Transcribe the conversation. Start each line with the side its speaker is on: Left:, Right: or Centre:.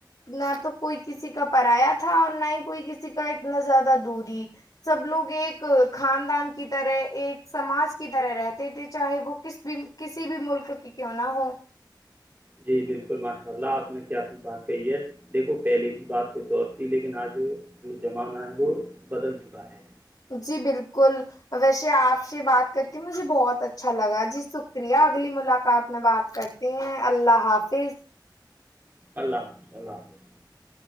Left: نہ تو کوئی کسی کا پرایہ تھا اور نہ ہی کوئی کسی کا اتنا زیادہ دوری سب لوگ ایک خاندان کی طرح ایک سماج کی طرح رہتے تھے چاہے وہ کس بھی ک کسی بھی ملک کی کیوں نہ ہو
Right: جی بالکل ماشاء اللہ آپ نے کیا خوب بات کہی ہے دیکھو پہلے کی بات کچھ اور تھی لیکن آج جو زمانہ ہے وہ بدل چکا ہے
Left: جی بالکل ویسے آپ سے بات کر کے مجھے بہت اچھا لگا جی شکریہ اگلی ملاقات میں بات کرتے ہیں اللہ حافظ
Right: اللہ حافظ اللہ حافظ